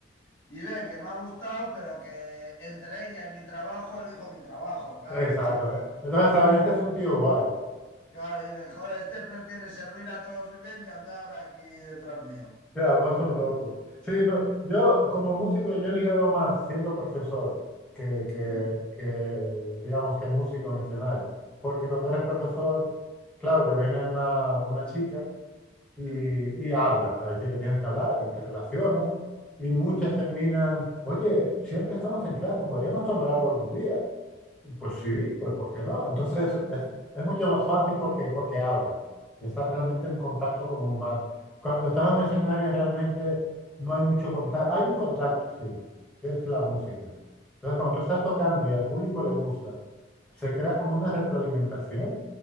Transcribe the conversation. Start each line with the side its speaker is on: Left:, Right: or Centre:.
Left: y ven que me ha gustado, pero que entre ella y mi trabajo elijo mi trabajo, claro.
Centre: Exacto,
Left: <laughs>
Centre: ¿eh? Entonces, saben Este es un tío guay.
Left: Claro, y dicen, joder, este prefiere servir a todos bien que andar aquí detrás mío.
Centre: Ya, no es un loco. Sí, no, yo como músico, yo he ligado más siendo profesor que, que,
Left: <laughs>
Centre: que, digamos, que músico en escenario. Porque cuando eres profesor, claro, te viene una, una chica y,
Left: Sí, <laughs>
Centre: y hablas. Ahí sí que tienes que hablar y te relacionas. Y muchas terminan, oye, siempre estamos en clase, podríamos tomar algo algún día. Pues sí, pues ¿por qué no? Entonces es, es mucho más fácil porque, porque hablas y estás realmente en contacto como un humano. Cuando estás en un escenario realmente no hay mucho contacto, hay un contacto, sí, que es la música. Entonces cuando tú estás tocando y al público le gusta, se crea como una retroalimentación.